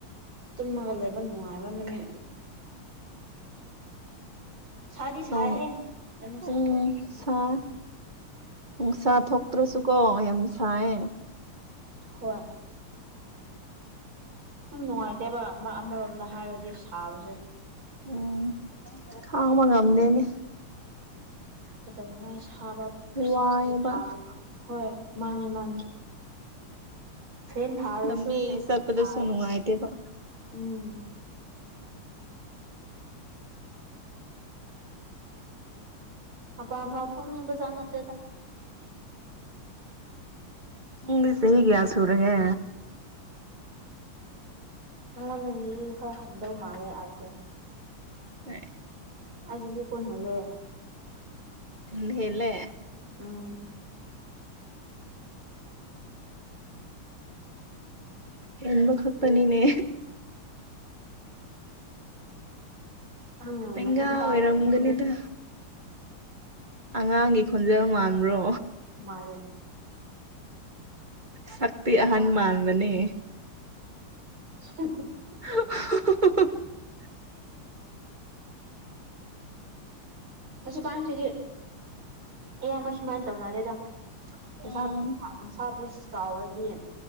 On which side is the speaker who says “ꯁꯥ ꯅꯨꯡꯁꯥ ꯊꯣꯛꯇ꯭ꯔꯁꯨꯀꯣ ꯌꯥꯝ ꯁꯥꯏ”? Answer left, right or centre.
Right